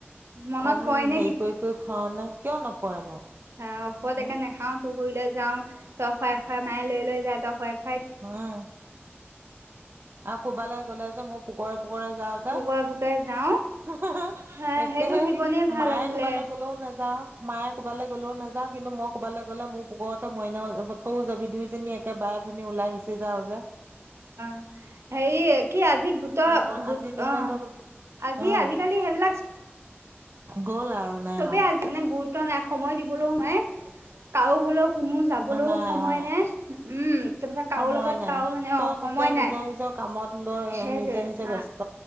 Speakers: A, on the right; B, on the right.
A: মনত
B: কম
A: পৰে নে
B: হেৰি কৰি কৰি খুৱাও নে কিয় নপৰেনো
A: হা ঔষধ
B: উম,
A: একে নেখাওঁ তো ফুৰিবলে যাওঁ তই খোৱায় খোৱায় মায়ে লৈ লৈ যায় তই খোৱায়
B: অ আৰু কোবালে গ'লে যে মোৰ পোকৰে পোকৰে যাওঁ যে
A: পুকুৰে পুকুৰে যাওঁ
B: হো হো হো
A: হে সেইটো
B: একেহে
A: জীৱনেই ভাল
B: মায়ে
A: আছিলে
B: ক'বালৈ গ'লেও নাজয যাওঁ মায়ে ক'বৈ গলেও নাযা কিন্তু মোক কবাত লৈ গলে মোৰ পোকত ত মইনা যাব তই যাবি দুইজনী একে বায়ে ভিনী ওলাই গুছেি যাওঁ যা
A: <unintelligible> হেৰি কি আজি গোট
B: ন'
A: গোট
B: আজিৰ দিনত
A: অ
B: ধৰি
A: আজি
B: অ',
A: আজিিকালি সেইবিলাক
B: গ'ল আৰু নাই
A: চবেই
B: আৰু
A: আজি মানে গুৰুত্ব নাই সময় দিবলৈও নাই কাৰক হলেও কোনো যাবলৈও
B: অ', নাই
A: সময়
B: অ',
A: নাই উম। তাৰ পাছত কাৰো
B: সময়
A: লগত
B: নাই।
A: কাৰো মানে
B: চব
A: অ সময়
B: এতিয়া
A: নাই
B: নিজৰ নিজৰ কামত লৈ
A: সেইটয়ে
B: নিজে নিজে
A: অ
B: ব্যস্ত